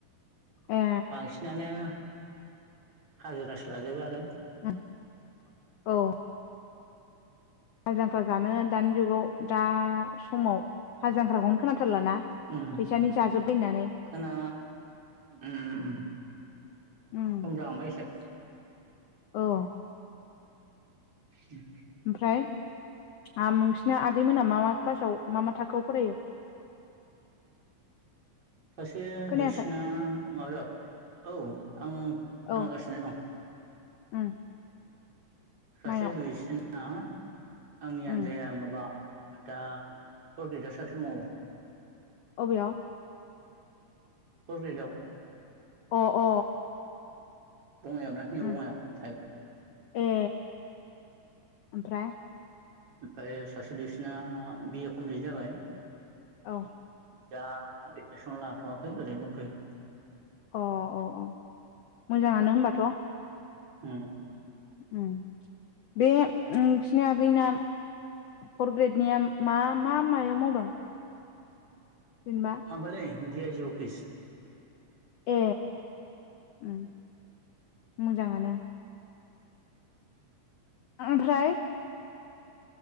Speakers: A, on the left; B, on the right.
A: ए
B: बांसिनानो हाजिरासो लाजोबो आरो
A: <unintelligible> औ हाल जांख्रा जानो दानि जुगाव दा समाव हाज जांख्राखौनो खोनाथारलाना
B: उम
A: फैसानि जाजोब्बाय होननानै
B: खोना उम उम उम
A: उम
B: खम जालांबाय इसे।
A: औ
B: उम
A: ओमफ्राय आम नोंसिना आगैमोना मा मा क्लासाव मा मा थाखोआव फरायो?
B: सासे
A: खोनायाखै
B: दुइसिना माबायाव औ आं खोनागासिनो
A: औ
B: दं
A: उम
B: सासे
A: मायाव
B: दुइसिना आंनि आनजाया
A: उम
B: माबा ओ दा फर ग्रेदआव सासे मावो।
A: अबेयाव?
B: फर ग्रेदआव
A: अ अ
B: बंङाइ ना निउ
A: उम
B: बंङाइयाव थायो
A: ए ओमफ्राय?
B: ओमफ्राय सासे दुइसिना बिए कमप्लिट जाबाय।
A: औ
B: दा एडमिसन लाथवाखै ओरैनो दंथयो।
A: अ औ औ मोजांङानो होनबाथ'
B: उम
A: उम बे ओ नोंसिनि आगैना फर ग्रेडनिया मा मा मायाव मावदों? जेनेबा
B: माबालै दि आइ जि अफिस
A: ए उम मोजांङानो ओमफ्राय